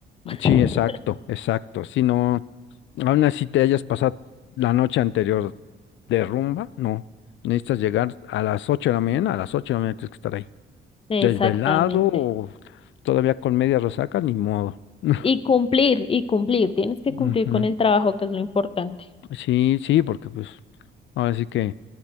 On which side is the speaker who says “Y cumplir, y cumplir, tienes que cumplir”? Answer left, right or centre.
Left